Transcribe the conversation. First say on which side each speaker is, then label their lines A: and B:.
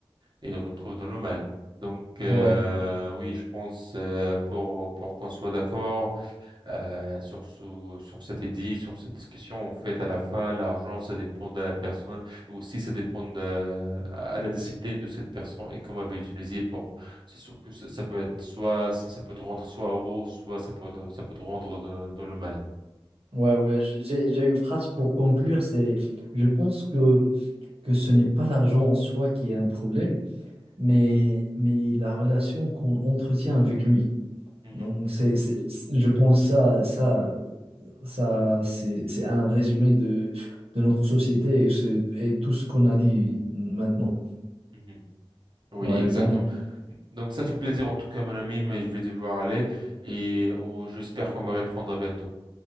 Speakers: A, on the right; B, on the right.
A: il retrouve dans le mal. Donc euh,
B: Ouais.
A: oui, je pense euh, pour pour qu'on soit d'accord euh, sur ce sur cet édit, sur cette discussion, en fait, à la fin, l'argent, ça dépend de la personne et aussi ça dépend de, à la discipline de cette personne et comment elle va l'utiliser pour c'est sûr que ça, ça peut être soit ça, ça peut te rendre soit heureux, soit ça peut te- ça peut te rendre dans, dans le mal.
B: Ouais, ouais, j'ai, j'ai une phrase pour conclure, c'est je pense que, que ce n'est pas l'argent en soi qui est un problème, mais, mais la relation qu'on entretient avec lui.
A: Mhm,
B: Donc, c'est, c'est- c'est- je pense ça, ça, ça, c'est, c'est un résumé de, de notre société et, c'est- et tout ce qu'on a dit maintenant.
A: mhm. Oui,
B: Ouais,
A: exactement.
B: donc,
A: Donc ça fait plaisir en tout cas, mon ami, mais je vais devoir aller et on- j'espère qu'on va reprendre bientôt.